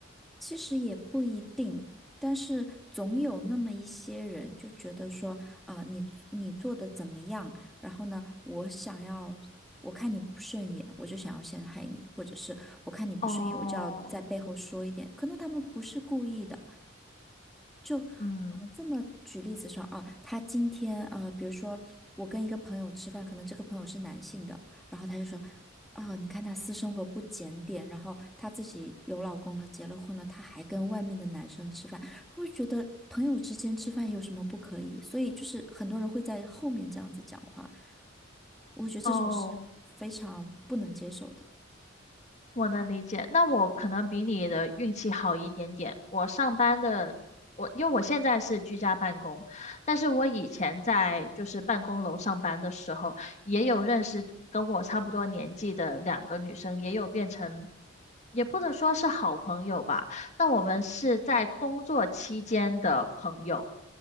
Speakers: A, in the centre; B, on the left.
A: 其实也不一定，但是总有那么一些人就觉得说，啊、你你做的怎么样？然后呢，我想要，我看你不顺眼，我就想要陷害你，或者是我看你不顺眼，
B: 哦，
A: 我就要在背后说一点。可能他们不是故意的，就
B: 嗯，
A: 呃这么举例子说啊，他今天啊，比如说我跟一个朋友吃饭，可能这个朋友是男性的，然后他就说，啊，你看他私生活不检点，然后他自己有老公了，结了婚了，他还跟外面的男生吃饭，我就觉得朋友之间吃饭有什么不可以？所以就是很多人会在后面这样子讲话，我觉得这种是非常不能接受的。
B: 哦。我能理解，那我可能比你的运气好一点点。我上班的，我因为我现在是居家办公，但是我以前在就是办公楼上班的时候，也有认识跟我差不多年纪的两个女生，也有变成，也不能说是好朋友吧，但我们是在工作期间的朋友。